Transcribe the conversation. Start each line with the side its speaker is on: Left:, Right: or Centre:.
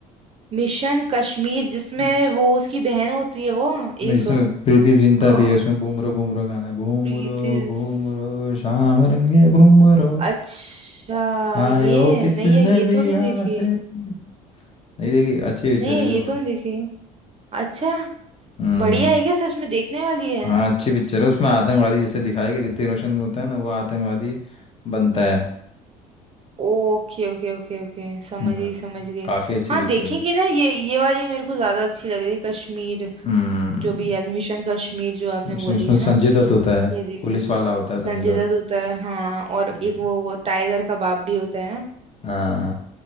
Right: मिशन कश्मीर जिसमें
Left: हम्म।
Right: वो उसकी बहन होती है वो
Left: नहीं,
Right: एक
Left: जिसमें प्रीति
Right: अ,
Left: जिंटा भी है उसमें बूमरो बूमरो गाना है बूमरो
Right: प्रीति
Left: बूमरो
Right: स-
Left: शाम रंगे बूमरो
Right: अच्छा
Left: आए
Right: ये
Left: हो किस
Right: नहीं
Left: नदिया
Right: यार ये तो नहीं देखी
Left: से
Right: है
Left: नहीं देखी अच्छी पिक्चर
Right: नहीं यार
Left: है
Right: ये
Left: भी बहुत
Right: तो नहीं देखी है। अच्छा
Left: हम्म
Right: बढ़िया है क्या सच में देखने वाली है
Left: हाँ अच्छी पिक्चर है उसमें आतंकवादी जैसे दिखाया कि ऋतिक रोशन होता है ना वो आतंकवादी बनता है
Right: ओके ओके ओके ओके समझ
Left: हम्म
Right: गई समझ गई
Left: काफी अच्छी
Right: हाँ
Left: पिक्चर
Right: देखेंगे
Left: है
Right: ना ये ये वाली मेरे को ज्यादा अच्छी लग रही है कश्मीर
Left: हम्म
Right: जो भी है मिशन कश्मीर जो आपने
Left: उसमें
Right: बोली
Left: उसमें
Right: है
Left: संजय
Right: ना
Left: दत्त होता है
Right: ये देखें
Left: पुलिस वाला होता है संजय
Right: संजय दत्त होता है हाँ और
Left: दत्त
Right: एक वो वो टाइगर का बाप भी होता है ना
Left: हाँ